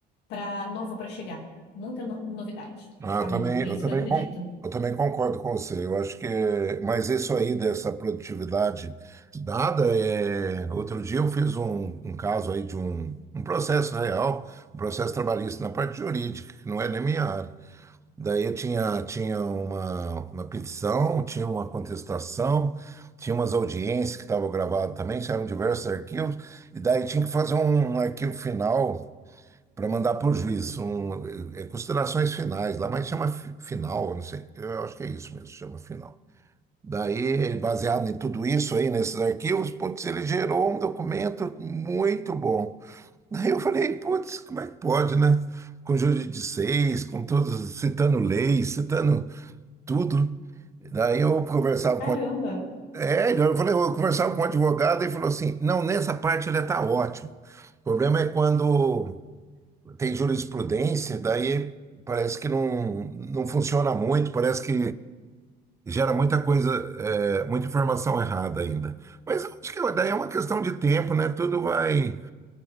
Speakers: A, on the left (about 85°); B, on the right (about 15°).
A: para nova para chegar, muita no- novidade
B: Ah,
A: no caminho.
B: eu também,
A: É
B: eu
A: isso
B: também,
A: que eu acredito.
B: con- eu também concordo com você. Eu acho que, mas isso aí dessa produtividade dada, é, outro dia eu fiz um, um caso aí de um, um processo real, um processo trabalhista na parte jurídica, que não é nem minha área. Daí eu tinha, tinha uma, uma petição, tinha uma contestação, tinha umas audiências que estavam gravadas também, eram diversos arquivos, e daí tinha que fazer um um arquivo final para mandar para o juiz, um, é, considerações finais lá, mas chama fi- final, eu não sei, eu acho que é isso mesmo, chama final. Daí, baseado em tudo isso aí, nesses arquivos, putz, ele gerou um documento muito bom. Aí eu falei, putz, como é que pode, né? Com júri de seis, com todos, citando leis, citando tudo. Daí eu conversava
A: Caramba!
B: com. É, então eu falei, eu conversava com o advogado e falou assim: não, nessa parte ele está ótimo. O problema é quando tem jurisprudência, daí parece que não, não funciona muito, parece que gera muita coisa, é, muita informação errada ainda. Mas eu acho que daí é uma questão de tempo, né? Tudo vai.